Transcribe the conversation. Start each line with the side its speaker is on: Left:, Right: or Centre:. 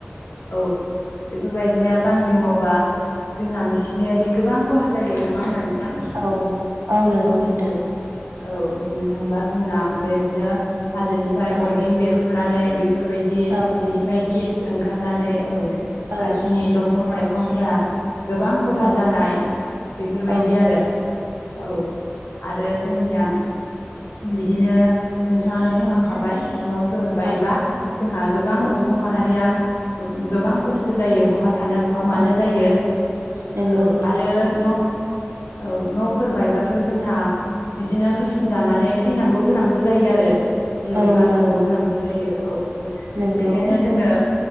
Left: औ बेफोरबायदिनो बांग्रिं मावबा जोंहा मि मिथिंगायारि गोबां खहा जायो नङा होमबा नोंथां।
Right: औ औ नंगौ नोंथां
Left: औ औ बुंनो थाङबा जोंना बेदिनो। हाजोनिफ्राय अरगें बेरफ्रुनानै बेफोरबायदि बिदि
Right: औ
Left: बिनिफ्राय गेस ओंखारनानै औ
Right: औ
Left: खाथिनि दंफां लाइफांफ्रा। गोबां खहा
Right: औ
Left: जानाय बेफोरबायदि
Right: औ
Left: आरो औ आरो जोंनिया बिदिनो नोंथाङानो बुंलांखाबाय न फोर बबायबा
Right: औ
Left: जोंहा गोबां
Right: औ
Left: सुबुं माहारिया गोबां खस्थ जायो बहाथ थानो बहा मानो
Right: औ
Left: जायो
Right: नंगौ
Left: औ
Right: नोंथां
Left: आरो न औ न फोरबायबाथ जोंहा बिदिनो होसिनजानानै थैनांगौ गोनांबो जायो आरो। जिउ
Right: औ
Left: गारनांगौ
Right: औ
Left: गोनांबो जायो औ औ
Right: नंगौ
Left: बेखायनो जोङो।